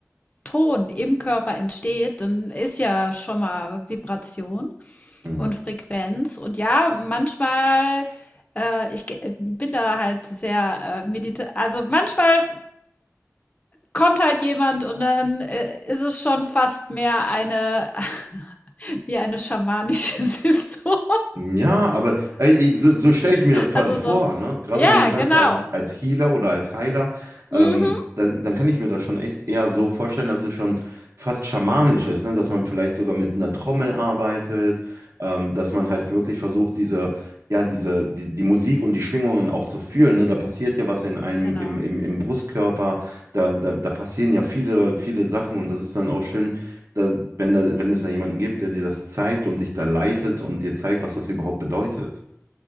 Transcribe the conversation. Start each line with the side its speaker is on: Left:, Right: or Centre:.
Left: Ton im Körper entsteht, dann ist ja schon mal Vibration
Right: Mhm.
Left: und Frequenz. Und ja, manchmal, äh, ich ge- äh, bin da halt sehr äh, medita Also manchmal kommt halt jemand und dann äh, ist es schon fast mehr eine, <laughs> wie eine schamanische <laughs> Saison.
Right: Ja, aber ey, so, so stelle ich mir das quasi
Left: Also
Right: vor,
Left: so,
Right: ne? Gerade
Left: ja,
Right: wenn du sagst,
Left: genau.
Right: so als, als Healer oder als Heiler, ähm,
Left: Mhm,
Right: dann, dann kann ich mir das schon echt eher so vorstellen, dass es schon fast schamanisch ist, ne? Dass man vielleicht sogar mit einer Trommel arbeitet, ähm, dass man halt wirklich versucht, diese, ja, diese, die, die Musik und die Schwingungen auch zu fühlen, ne? Da passiert ja was in einem,
Left: genau.
Right: im, im, im Brustkörper, da, da, da passieren ja viele, viele Sachen und das ist dann auch schön da, wenn da, wenn es da jemanden gibt, der dir das zeigt und dich da leitet und dir zeigt, was das überhaupt bedeutet.